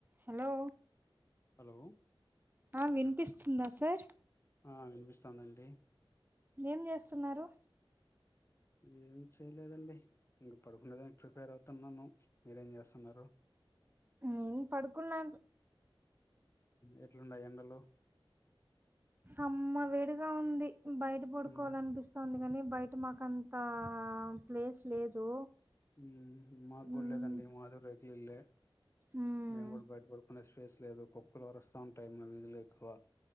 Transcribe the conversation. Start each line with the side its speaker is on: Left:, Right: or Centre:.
Right: Hello
Left: hello
Right: ఆ వినిపిస్తుందా sir
Left: ఆ వినిపిస్తుదండి
Right: ఏం చేస్తున్నారు
Left: ఏం చేయలేదండి ఇంక పడుకునేదానికి ప్రిపేర్ అవుతున్నాను మీరేం చేస్తున్నారు
Right: ఇ పడుకున్నా
Left: ఎట్లుండయి ఎండలో
Right: అమ్మ వేడిగా ఉంది బయట పడుకోవాలి
Left: ఉమ్
Right: అనిపిస్తుంది గాని బయట మాకుంత ప్లేస్ లేదు
Left: ఉ మాగుల్లేదండి
Right: ఉమ్
Left: మాద్ ఇల్లే
Right: ఉమ్
Left: నేను కూడా బయట పడుకొని అచ్ ప్లేస్ లేదు కుక్కలు అరుస్త ఉంటాయ్ మా వీధులో ఎక్కువ.